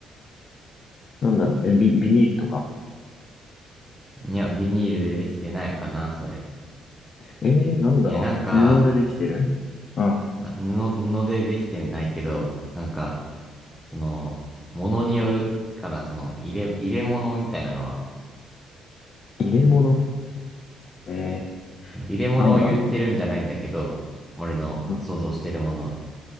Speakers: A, on the left; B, in the centre.
A: なんだろう、え、ビ、ビニールとか。
B: いや、ビニールでできてないかな、それ。
A: えー、なんだろう、
B: いや、なんか、
A: 布でできてるうん。
B: あ布、布でできてないけど、なんか、その、物によるから、その、入れ、入れ物みたいなのは、
A: 入れ物えー、
B: 入れ物を言ってるんじゃないんだけど、
A: なんだろ
B: 俺の想像してるものは。
A: う。うん。